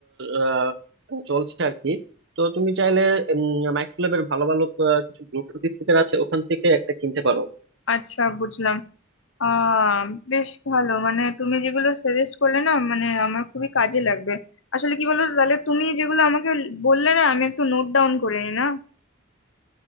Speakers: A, on the right; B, on the left.
A: আহ, চলছে আর কি তো তুমি চাইলে মাইক্রোল্যাবের ভালো ভালো আহ, কিছু ব্লুটুথ স্পিকার আছে ওখান থেকে একটা কিনতে পারো
B: আচ্ছা বুঝলাম আহ বেশ ভালো মানে তুমি যেগুলো সাজেস্ট করলে না মানে আমার খুবই কাজে লাগবে আসলে কি বলো তো, তাহলে তুমি যেগুলো আমাকে বললে না আমি একটু নোট ডাউন করে নি না